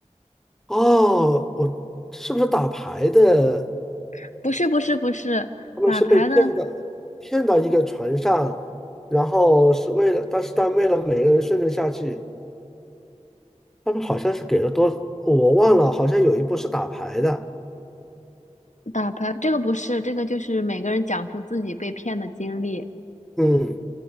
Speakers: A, in the centre; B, on the left.
A: 哦，我是不是打牌的？
B: <laughs> 不是不是不是打牌的。
A: 他们是被骗的，骗到一个船上，然后是为了，但是但为了每个人生存下去，他们好像是给了多，我忘了，好像有一部是打牌的。
B: 打牌这个不是，这个就是每个人讲述自己被骗的经历，
A: 嗯，